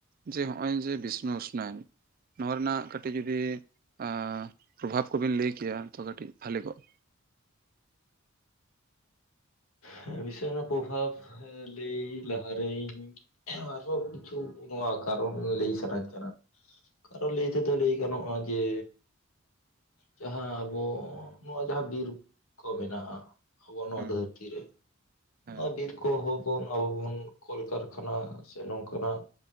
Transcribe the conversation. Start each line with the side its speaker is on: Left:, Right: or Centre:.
Right: ᱡᱮ ᱦᱚᱸᱜᱼᱚᱭ ᱡᱮ ᱵᱤᱥᱱᱩ ᱩᱥᱱᱟᱭᱚᱱ ᱱᱚᱣᱟ ᱨᱮᱱᱟᱜ ᱠᱟᱹᱴᱤᱡ ᱡᱩᱫᱤ ᱮᱸ ᱯᱨᱚᱵᱷᱟᱵᱽ ᱠᱚᱵᱤᱱ ᱞᱟᱹᱭ ᱠᱮᱭᱟ ᱛᱚ ᱠᱟᱹᱴᱤᱡ ᱵᱷᱟᱞᱤ ᱠᱚᱜᱼᱟ᱾
Left: ᱦᱮᱸ <unintelligible> ᱯᱚᱵᱷᱟᱵᱽ ᱞᱟᱹᱭ ᱞᱟᱦᱟᱨᱮᱧ ᱟᱨᱦᱚᱸ ᱠᱤᱪᱷᱩ ᱱᱚᱣᱟ ᱠᱟᱨᱚᱱ ᱞᱟᱹᱭ ᱥᱟᱱᱟᱧ ᱠᱟᱱᱟ᱾ ᱠᱟᱨᱚᱱ ᱞᱟᱹᱭ ᱛᱮᱫᱚ ᱞᱟᱹᱭ ᱜᱟᱱᱚᱜᱼᱟ ᱡᱮ ᱡᱟᱦᱟᱸ ᱟᱵᱚ ᱱᱚᱜᱼᱚ ᱡᱟᱦᱟᱸ ᱵᱤᱨ ᱠᱚ ᱢᱮᱱᱟᱜᱼᱟ᱾ ᱟᱵᱚᱣᱟᱜ ᱱᱚᱣᱟ
Right: ᱦᱩᱸ
Left: ᱫᱷᱟᱹᱨᱛᱤ ᱨᱮ
Right: ᱦᱮᱸ
Left: ᱱᱚᱣᱟ ᱵᱤᱨ ᱠᱚᱦᱚᱸ ᱵᱚᱱ ᱟᱵᱚ ᱵᱚᱱ ᱠᱚᱞᱠᱟᱨᱠᱷᱟᱱᱟ ᱥᱮ ᱱᱚᱝᱠᱟᱱᱟᱜ